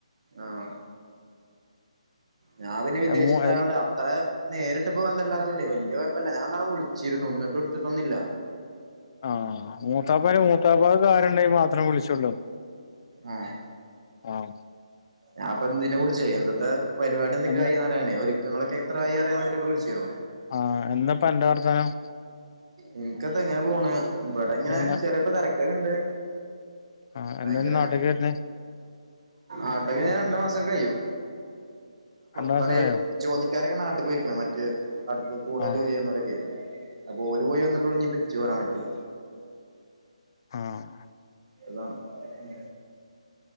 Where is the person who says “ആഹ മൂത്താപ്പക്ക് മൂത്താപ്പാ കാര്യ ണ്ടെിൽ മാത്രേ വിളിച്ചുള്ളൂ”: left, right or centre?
Left